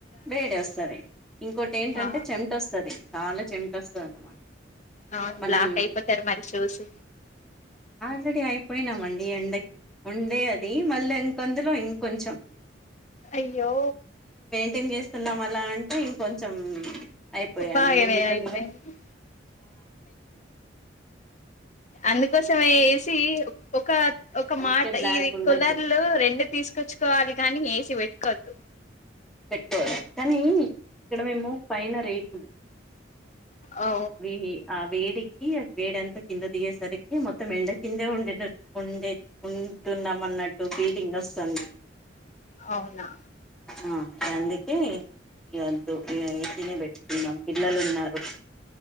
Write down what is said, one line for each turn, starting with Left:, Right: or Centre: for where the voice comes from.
Centre: వేడి వస్తుది ఇంకొటి ఏంటంటే
Left: ఆ
Centre: చెమట వస్తుది చాలా చెంట వస్తుంది అన్నమాట
Left: అవును
Centre: మనం
Left: బ్లాక్ అయిపోతారు మరి షూస్
Centre: ఆల్రెడీ అయిపోయినామండి, ఎండకి ఉండే అది మళ్ళీ ఇంకొందులో ఇం కొంచెం
Left: అయ్యో
Centre: <unintelligible> చేసుకుందాం అలా అంటే ఇంకొంచం అయిపోయా
Left: బాగానే
Centre: ఎం చేదాం
Left: అయిపోయింది
Centre: ఇంకా
Left: అందుకోసమ ఏ సి ఒ ఒక
Centre: అందుకే
Left: మాట
Centre: బ్లాక్
Left: ఈ
Centre: ఉండద్దు
Left: కులర్లు రెండు తీసుకొచ్చుకోవాలి కాని ఏసీ పెట్టు కదు
Centre: పెట్టుకోవాలి కానీ ఇక్కడ మేము పైన రేకులు
Left: ఓ
Centre: అవి ఆ వేడికి వేడి అంతా కింద దిగేసరికి మొత్తం ఎండ కిందే వండిన ఉండే న్నా అన్నట్టు ఫీలింగ్ వస్తుంది
Left: అవునా
Centre: ఆ అందుకే ఇ వద్దు ఇ వసనే పెట్టుకున్నాం పిల్లలు ఉన్నారు